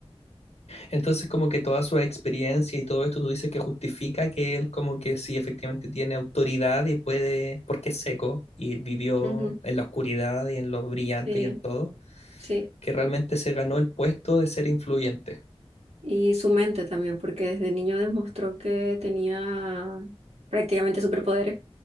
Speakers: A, on the left; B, on the right.
A: Entonces, como que toda su experiencia y todo esto, tú dices que justifica que él como que sí efectivamente tiene autoridad y puede, porque es seco y vivió
B: ujú,
A: en la oscuridad y en lo brillante
B: sí,
A: y en todo,
B: sí.
A: que realmente se ganó el puesto de ser influyente.
B: Y su mente también, porque desde niño demostró que tenía prácticamente superpoderes.